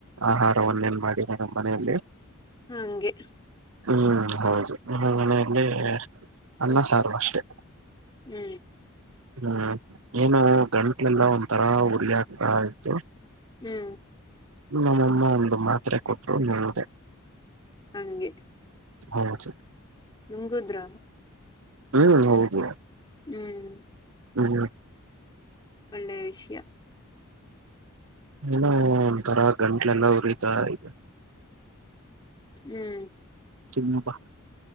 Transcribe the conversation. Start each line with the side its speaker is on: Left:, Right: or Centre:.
Right: ಆಹಾರವನ್ನ ಏನ್ ಮಾಡಿಲ್ಲ ನಮ್ಮ ಮನೆಯಲ್ಲಿ
Left: ಹಾ ಹಂಗೆ.
Right: ಹ್ಮ್ ಹೌದು ನಿಮ್ಮ ಮನೆಯಲ್ಲಿ ಅನ್ನ
Left: ಹ್ಮ್
Right: ಸಾರು ಅಷ್ಟೆ.
Left: ಹ್ಮ್
Right: ಹ್ಮ್ ಏನು ಗಂಟ್ಲೆಲ್ಲ ಒಂತರಾ ಉರಿ ಆಗ್ತಾ ಇತ್ತು.
Left: ಹ್ಮ್
Right: ನಮ್ಮಮ್ಮ ಒಂದು ಮಾತ್ರೆ ಕೊಟ್ರು ನುಂಗಿದ್ದೆ.
Left: ಹಂಗೆ.
Right: ಹೌದು.
Left: ನುಂಗುದ್ರ.
Right: ಹ್ಮ ಹೌದು.
Left: ಹ್ಮ್
Right: ಹ್ಮ್ ಹ್ಮ
Left: ಒಳ್ಳೆಯ ವಿಷಯ
Right: ಏನೋ ಒಂತರ ಗಂಟ್ಲೆಲ್ಲ ಉರಿತ ಇದೆ.
Left: ಹ್ಮ್
Right: ತುಂಬಾ.